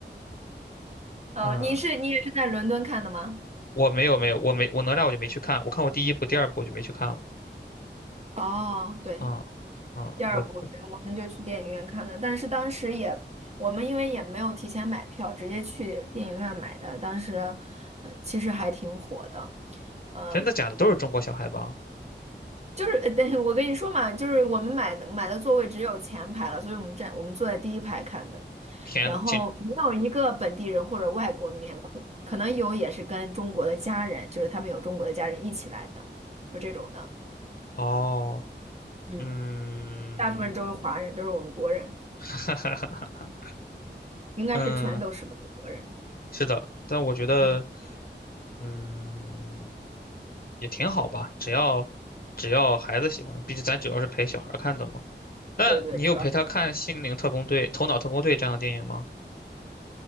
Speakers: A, on the right; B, on the left.
A: 哦，
B: 嗯，
A: 你是你也是在伦敦看的吗？
B: 我没有没有，我没我哪吒我就没去看，我看过第一部、第二部我就没去看了。
A: 哦，对，
B: 嗯嗯，
A: 第二部，
B: 我
A: 对，我们就去电影院看的，但是当时也，我们因为也没有提前买票，直接去电影院买的，当时，呃，其实还挺火的。呃。
B: 真的假的都是中国小孩吧？
A: 就是，呃等我跟你说嘛，就是我们买的买的座位只有前排了，所以我们站我们坐在第一排看的，
B: 天呐，
A: 然后没有一个本地人或者外国面孔，
B: 请
A: 可能有也是跟中国的家人，就是他们有中国的家人一起来的，就这种的，
B: 哦，
A: 嗯，
B: 嗯，
A: 大部分都是华人，都是我们国人，
B: <laughs> 哈哈哈哈，
A: 应该是全都是我们国人，
B: 嗯，是的，但我觉得，
A: 嗯，
B: 嗯，也挺好吧，只要只要孩子喜欢，毕竟咱主要是陪小孩儿看的嘛。那你有陪他看《心灵特工队》《头脑特工队》这样的电影吗
A: 对对，主要。